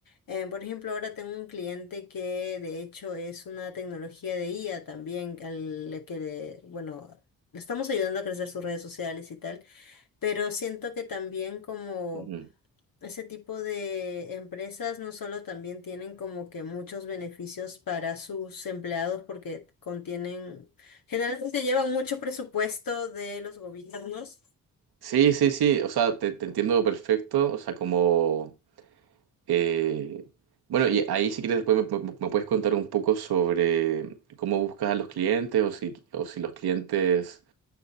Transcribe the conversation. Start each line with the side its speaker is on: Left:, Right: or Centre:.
Left: Eh, por ejemplo, ahora tengo un cliente que de hecho es una tecnología de IA también, al que, de- bueno, le estamos ayudando a crecer sus redes sociales y tal, pero siento que también como...
Right: Ujú.
Left: Ese tipo de empresas no solo también tienen como que muchos beneficios para sus empleados porque contienen, generalmente llevan mucho presupuesto de los gobiernos.
Right: Sí, sí, sí, o sea, te, te entiendo perfecto, o sea, como... Eh, bueno, y ahí si quieres después me, me- me puedes contar un poco sobre cómo buscas a los clientes o si, o si los clientes